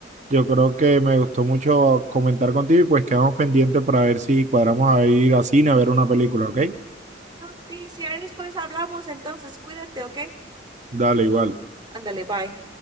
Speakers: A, on the right; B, on the right.
A: Yo creo que me gustó mucho comentar contigo y pues quedamos pendientes para ver si cuadramos a ir a cine a ver una película, ¿ok?
B: No, Sí, si ahí después hablamos, entonces cuídate, ¿ok?
A: Dale, igual.
B: Ándale, bye.